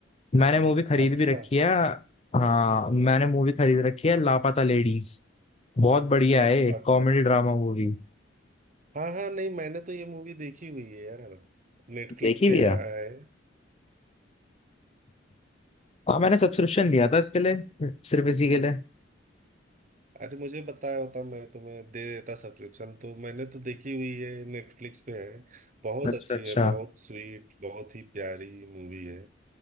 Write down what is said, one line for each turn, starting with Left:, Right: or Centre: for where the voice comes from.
Left: मैंने मूवी खरीद
Right: अच्छा
Left: भी रखी है हाँ मैंने मूवी खरीद रखी है लापता लेडीज बहुत बढ़िया है
Right: अच्छा अच्छा
Left: कॉमेडी ड्रामा मूवी
Right: हाँ हाँ नहीं मैंने तो ये मूवी देखी हुई है यार नेटफ्लिक्स
Left: देखी
Right: पे
Left: भी है
Right: है आया है
Left: हाँ मैंने सब्सक्रिप्शन लिया था इसके लिए सिर्फ इसी के लिए
Right: अरे मुझे बताया होता मैं तुम्हें दे देता सब्सक्रिप्शन तो मैंने तो देखी हुई है नेटफ्लिक्स पे है बहुत
Left: अच्छा
Right: अच्छी
Left: अच्छा
Right: है बहुत स्वीट बहुत ही प्यारी मूवी है